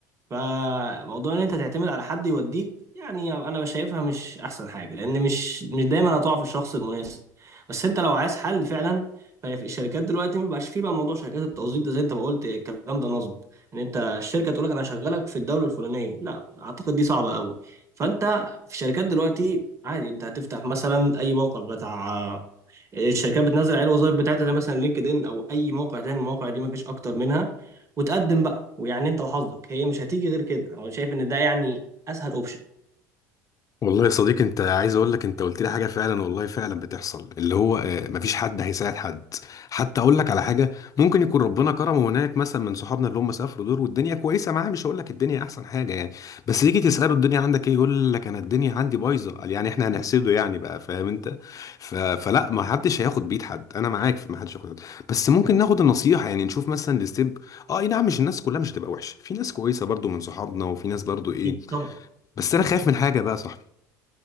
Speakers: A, on the right; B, on the left.
A: فموضوع ان انت تعتمد على حد يوديك يعني انا شايفها مش احسن حاجه لان مش مش دايما هتقع في الشخص المناسب بس انت لو عايز حل فعلا فهي في الشركات دلوقتي ما بقاش فيه بقى موضوع شركات التوظيف ده زي انت ما قلت الكلام ده نصب ان انت الشركه تقول لك انا هشغلك في الدوله الفلانيه لا اعتقد دي صعبه قوي فانت في الشركات دلوقتي عادي انت هتفتح مثلا اي موقع بتاع الشركات بتنزل عليه الوظائف بتاعتها زي مثلا لينكد ان او اي موقع تاني المواقع دي مفيش اكتر منها وتقدم بقى ويعني انت وحظك هي مش هتيجي غير كده انا شايف ان ده يعني اسهل اوبشن
B: والله يا صديقي انت عايز اقول لك انت قلت لي حاجه فعلا والله فعلا بتحصل اللي هو آه، مفيش حد هيساعد حد حتى اقول لك على حاجه ممكن يكون ربنا كرمه هناك مثلا من صحابنا اللي هم سافروا دول والدنيا كويسه معاه مش هقول لك الدنيا احسن حاجه يعني بس يجي تساله الدنيا عندك ايه يقول لك انا الدنيا عندي بايظه قال يعني احنا هنحسده يعني بقى فاهم انت ف... فلا ما حدش هياخد بايد حد انا معاك في ما حدش هياخد بإيد. بس ممكن ناخد النصيحه يعني نشوف مثلا الستيب اه اي نعم مش الناس كلها مش هتبقى وحشه في ناس كويسه برضو من صحابنا وفي ناس برضو ايه
A: أكيد طبعا
B: بس انا خايف من حاجه بقى صح